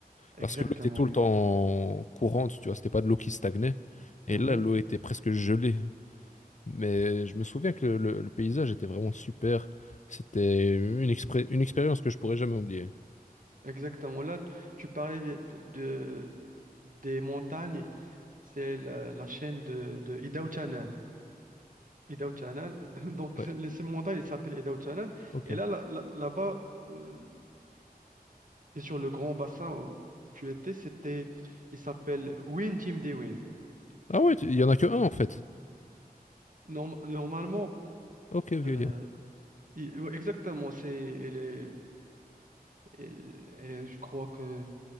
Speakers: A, on the right (about 55°); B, on the left (about 50°).
A: exactement.
B: Parce que l'eau était tout le
A: oui,
B: temps courante, tu vois, c'était pas de l'eau qui stagnait. Et
A: mhm,
B: là, l'eau était presque gelée. Mais je me souviens que le, le- le paysage était vraiment super. C'était une, expré- une expérience que je pourrais jamais oublier.
A: exactement. Là, t- tu parlais bien de, de- des montagnes, c'est la, la chaîne de, de Idao-Chanan. Idao-Chanan, <laughs> donc
B: Ouais,
A: c'est- les- ces montagnes, elles s'appellent Idao-Chanan,
B: ok.
A: et là, là- là- là-bas, euh, Et sur le grand bassin où tu étais, c'était, il s'appelle Win Team Dewin.
B: Ah ouais, tu- il y en a que un en fait.
A: Norm- normalement,
B: Ok, ok,
A: euh,
B: ok.
A: il- ouais, exactement, c'est, elle est, elle- elle est- je crois que